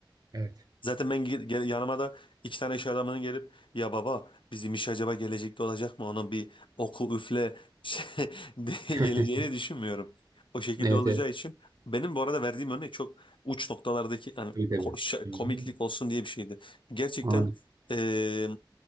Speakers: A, on the right; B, on the left.
A: Evet.
B: Zaten ben ge- ge- yanıma da iki tane iş adamının gelip ya baba bizim iş acaba gelecekte olacak mı? Onun bir oku üfle <laughs> şey- de-
A: <laughs>
B: geleceğini düşünmüyorum. O şekilde
A: Evet
B: olacağı
A: evet.
B: için benim bu arada verdiğim örnek çok uç noktalardaki yani
A: Tabii tabii.
B: ko- şa-
A: Hı
B: komiklik
A: hı.
B: olsun diye bir şeydi. Gerçekten
A: Anladım.
B: eee,